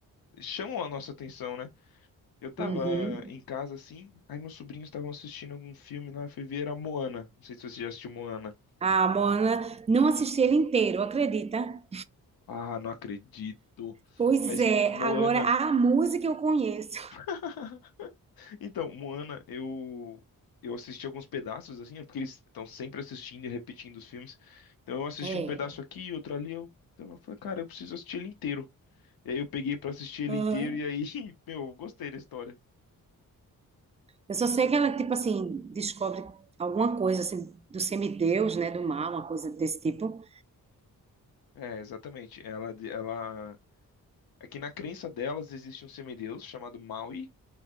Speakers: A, on the left; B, on the right.
A: chamam a nossa atenção, né? Eu tava
B: Uhum.
A: em casa assim, aí meus sobrinhos estavam assistindo algum filme lá, eu fui ver, era Moana. Não sei se você já assistiu Moana.
B: A Moana, não assisti ele inteiro, acredita?
A: Ah, não acredito.
B: Pois
A: Mas
B: é,
A: Moana.
B: agora a música eu conheço.
A: <laughs> Então, Moana, eu eu assisti alguns pedaços assim, é porque eles estão sempre assistindo e repetindo os filmes. Então eu assisti
B: É.
A: um pedaço aqui, outro ali, eu, então eu falei, cara, eu preciso assistir ele inteiro. E aí eu peguei pra assistir ele
B: Aham.
A: inteiro e aí, <laughs> meu, eu gostei da história.
B: Eu só sei que ela, tipo assim, descobre alguma coisa assim do semideus, né? Do mal, uma coisa desse tipo.
A: É, exatamente. Ela ela aqui na crença delas existe um semideus chamado Maui